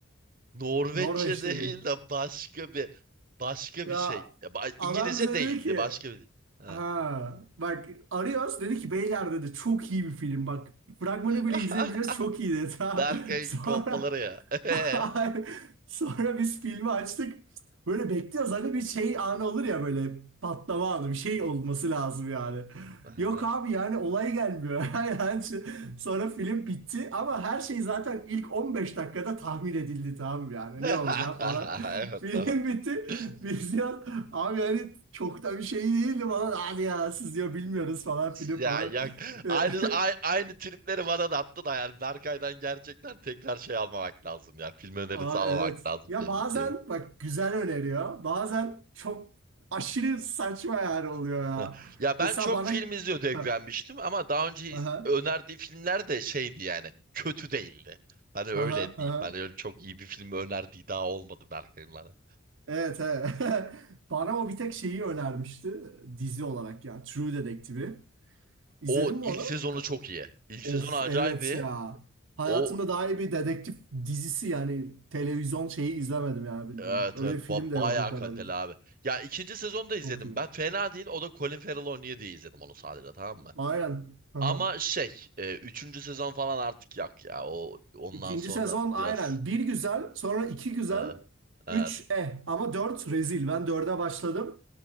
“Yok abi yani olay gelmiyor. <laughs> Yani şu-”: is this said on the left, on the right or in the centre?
Right